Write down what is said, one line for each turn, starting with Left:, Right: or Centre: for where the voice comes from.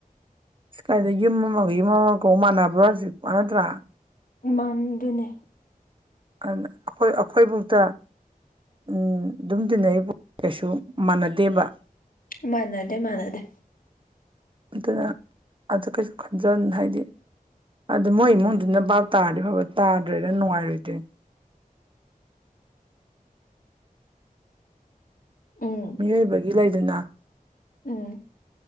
Right: ꯑꯁ ꯀꯥꯏꯗ ꯌꯨꯝ ꯑꯃꯒ ꯌꯨꯝ ꯑꯃꯒꯀꯧ ꯃꯥꯟꯅꯕ꯭ꯔꯣ ꯍꯧꯖꯤꯛꯄ ꯅꯠꯇ꯭ꯔꯥ
Left: ꯏꯃꯥꯟꯗꯨꯅꯦ
Right: ꯑꯗꯨꯅ ꯑꯩꯈꯣꯏ ꯑꯩꯈꯣꯏꯕꯨꯥꯎꯗ ꯑꯗꯨꯝ ꯇꯤꯟꯅꯔꯤꯕ ꯀꯩꯁꯨ ꯃꯥꯟꯅꯗꯦꯕ
Left: ꯃꯥꯅꯥꯗꯦ ꯃꯥꯅꯗꯦ
Right: ꯑꯗꯨꯅ ꯑꯗꯨ ꯀꯩꯁꯨ ꯈꯟꯖ ꯍꯥꯏꯗꯤ ꯑꯗ ꯃꯣꯏ ꯏꯃꯨꯡꯗꯨꯅ ꯕꯥꯞ ꯇꯥꯔꯗꯤ ꯐꯕ ꯇꯥꯗ꯭ꯔꯦꯔ ꯅꯨꯡꯉꯥꯏꯔꯣꯏꯗꯣꯏ꯫
Left: ꯎꯝ
Right: ꯃꯤꯑꯣꯏꯕꯒꯤ ꯂꯩꯗꯅ
Left: ꯎꯝ